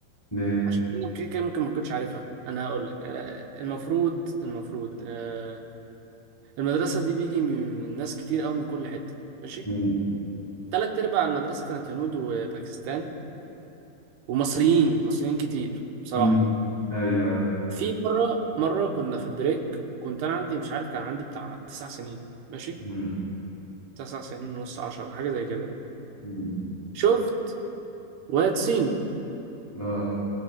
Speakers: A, in the centre; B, on the right.
A: ليه
B: عشان انا كده كده ممكن ما كنتش عارفها انا هقول لك آه، المفروض المفروض آه، المدرسة دي بيجي من ناس كتير قوي من كل حتة ماشي
A: امم
B: تلات أرباع المدرسة كانت هنود وباكستان ومصريين مصريين كتير بصراحة
A: امم ايوه ايوه
B: في مرة مرة كنا في البريك كنت أنا عندي مش عارف كان عندي بتاع تسع سنين ماشي
A: امم
B: تسع سنين ونص عشرة حاجة زي كده يعني
A: امم
B: شفت واد صيني
A: اه